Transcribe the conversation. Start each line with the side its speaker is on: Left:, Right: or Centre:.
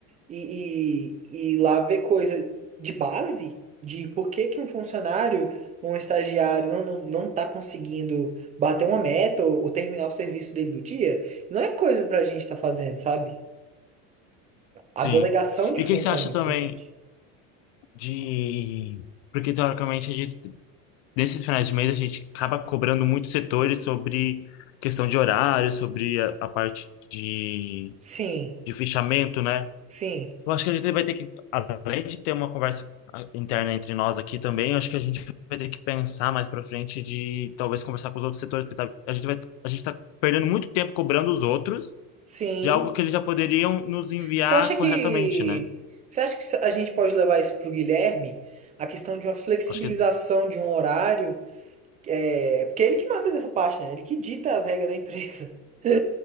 Right: e, e, e lá ver coisa de base, de por que que um funcionário, um estagiário não, não, não tá conseguindo bater uma meta ou, ou terminar o serviço dele do dia, não é coisa pra gente estar fazendo, sabe? A
Left: sim.
Right: delegação de
Left: E
Right: função
Left: o que que você acha
Right: é muito
Left: também
Right: importante.
Left: de. Porque, teoricamente, a gente, nesses finais de mês, a gente acaba cobrando muitos setores sobre questão de horário, sobre a, a parte de,
Right: Sim,
Left: de fechamento, né?
Right: sim,
Left: Eu acho que a gente vai ter que, além de ter uma conversa ah, interna entre nós aqui também, eu acho que a gente vai ter que pensar mais pra frente de talvez conversar com os outros setores, porque tá- a gente vai, a gente tá perdendo muito tempo cobrando os outros
Right: sim.
Left: de algo que eles já poderiam nos enviar
Right: Você acha
Left: corretamente,
Right: que
Left: né?
Right: você acha que a gente pode levar isso para o Guilherme? A questão de uma flexibilização
Left: Acho que,
Right: de um horário, é, porque é ele que manda nessa parte, né? Ele que dita as regras da empresa. <laughs>